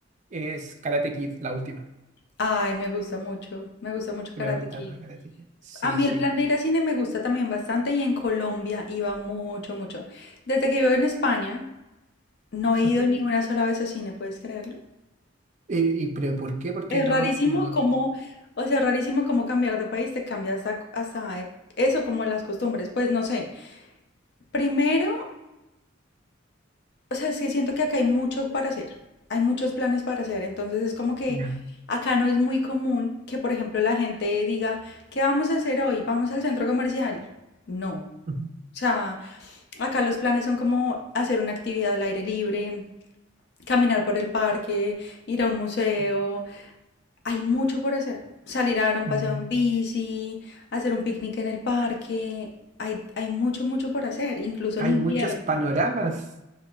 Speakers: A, on the right; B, on the left.
A: es Karate Kid, la última,
B: Ay, me gusta mucho, me gusta mucho
A: que
B: Karate
A: me gusta
B: Kid.
A: más Karate Kid. Sí,
B: A mí
A: sí.
B: el plan de ir a cine me gusta también bastante y en Colombia iba mucho, mucho. Desde que vivo en España, no he ido
A: Ujú.
B: ni una sola vez a cine, ¿puedes creerlo?
A: Eh, y, pero ¿por qué? Porque
B: Es
A: no,
B: rarísimo
A: no
B: cómo,
A: te-
B: o sea, rarísimo cómo cambiar de país te cambia hasta, hasta eh, eso, como las costumbres. Pues no sé. Primero, o sea, es que siento que acá hay mucho para hacer, hay muchos planes para hacer, entonces es como que
A: ya.
B: acá no es muy común que, por ejemplo, la gente diga, ¿qué vamos a hacer hoy? ¿Vamos al centro comercial? No. O
A: Ujú.
B: sea, acá los planes son como hacer una actividad al aire libre, caminar por el parque, ir a un museo, hay mucho por hacer, salir a dar un paseo
A: Mm.
B: en bici, hacer un picnic en el parque, hay, hay mucho, mucho por hacer, incluso
A: Hay
B: en invierno,
A: muchos panoramas.